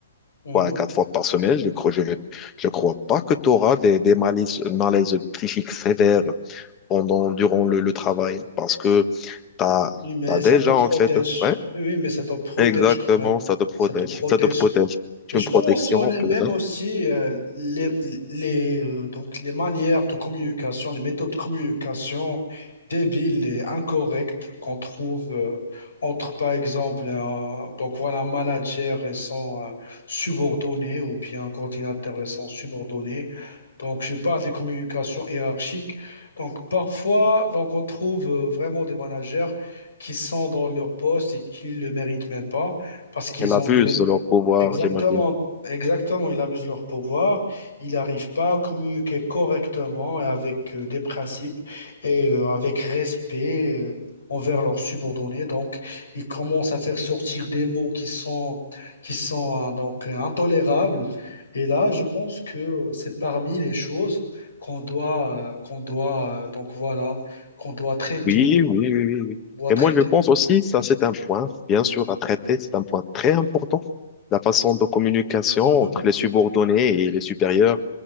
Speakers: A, on the left; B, on the left.
A: Mhm.
B: trois à quatre fois par semaine, je crois, je vais, je crois pas que tu auras des, des malaises, malaises psychiques sévères pendant, durant le, le travail parce que t'as,
A: Oui, mais
B: t'as
A: ça
B: déjà,
A: te protège.
B: en fait. Ouais,
A: Oui, oui, mais ça te protège
B: exactement,
A: quand même.
B: ça te protège.
A: Ça te protège
B: Ça te protège. C'est
A: Et je
B: une protection,
A: peux mentionner
B: on peut
A: même
B: dire.
A: aussi euh, les, les, euh, donc les manières de communication, les méthodes de communication débiles et incorrectes qu'on trouve euh, entre, par exemple, un, donc voilà, un manager et son euh, subordonné ou bien un coordinateur et son subordonné. Donc, je parle des communications hiérarchiques. Donc, parfois, donc, on trouve euh, vraiment des managers qui sont dans leur poste et qui ne le méritent même pas parce qu'ils
B: Elle abuse
A: ont des méthodes
B: de leur pouvoir,
A: Exactement,
B: j'imagine.
A: exactement, ils abusent de leur pouvoir, ils n'arrivent pas à communiquer correctement et avec euh, des principes et euh, avec respect euh, envers leurs subordonnés. Donc, ils commencent à faire sortir des mots qui sont, qui sont euh, donc euh, intolérables. Et là, je pense que euh, c'est parmi les choses qu'on doit, euh, qu'on doit, euh, donc voilà, qu'on doit traiter,
B: Oui, oui, oui, oui, oui.
A: doit traiter.
B: Et moi, je pense aussi, ça, c'est un point, bien sûr, à traiter. C'est un point très important. La façon de communication
A: Mhm.
B: entre les subordonnés et les supérieurs.